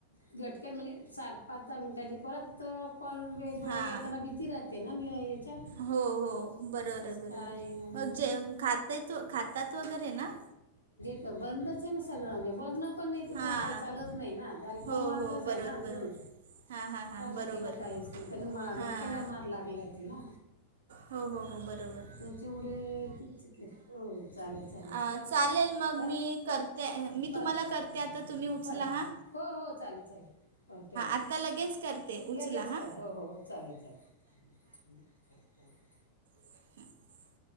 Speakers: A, on the left; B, on the right.
A: घटक्यात म्हणजे सार पाच दहा मिनटांनी परत. तर कॉल वेगवेगळे
B: हां
A: येताना भीती राहते ना. याच्यात
B: हो हो बरोबर
A: कसं
B: आहे बरोबर
A: काय
B: आहे
A: म्हणून
B: मग जे खातय तू खात. त्यात वगैरे ना.
A: किं बंदच आहे ना सगळं म्हगे बघणं पण नाही ते बोल
B: हां
A: हालचालच नाही ना आज. गारी
B: हो
A: कोमातच
B: हो
A: आहे
B: बरोबर
A: ना अजून.
B: बरोबर हां हां हां
A: का नाही
B: बरोबर
A: पिना काहीच नाही त डोक्याला
B: हां
A: मार लागलाय तिला.
B: हो हो हो बरोबर
A: त्याच्यामुळे तीचच के हो चालेल. चालेल
B: अ चालेल मग
A: हा,
B: मी करते मी
A: बरं
B: तुम्हाला करते आता तुम्ही उचला
A: बरं
B: हा.
A: हो हो चालेल चालेल. ओटे
B: आत्ता लगेच करते
A: लगेच
B: उचला हां
A: क हो हो हो चालेल चालेल चालेल. हो.
B: ह.